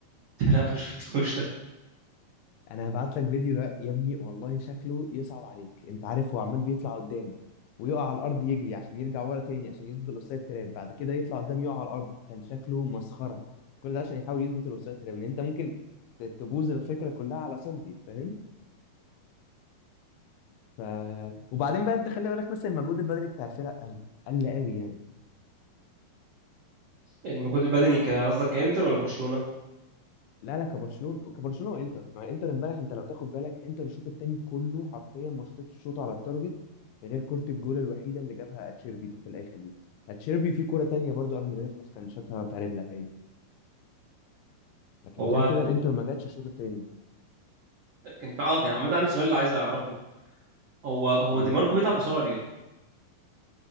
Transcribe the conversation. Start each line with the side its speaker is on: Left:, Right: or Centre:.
Right: <laughs> لا ما شفتوش ده
Left: انا هبعت لك فيديو ده يا ابني والله شكله يصعب عليك انت عارف هو عمال بيطلع قدام ويقع على الارض يجري عشان يرجع ورا تاني عشان يظبط الاوفسايد تراب بعد كده يطلع قدام يقع على الارض كان شكله مسخره كل ده عشان يحاول يظبط الاوفسايد تراب ان انت ممكن ت- تبوظ الفكره كلها على سنتي فاهم ف... وبعدين بقى انت خلي بالك مثلا المجهود البدني بتاع الفرق قل قل قوي يعني
Right: المجهود البدني ك- قصدك كانتر ولا برشلونه
Left: لا لا كبرشلونه كبرشلونه وانتر ما انتر امبارح انت لو تاخد بالك انتر الشوط الثاني كله حرفيا ما شطتش شوط على التارجت غير كره الجول الوحيده اللي جابها اتشيربي ده في الاخر دي اتشيربي في كره تانية برضو قبل ما يخلص كان شاتها باريلا تاني لكن
Right: هو
Left: غير كده الانتر ما جاتش الشوط الثاني
Right: كان اه كان عامه عندي سؤال اللي عايز اعرفه هو هو
Left: ايه
Right: دي ماركو بيتعب بسرعه ليه؟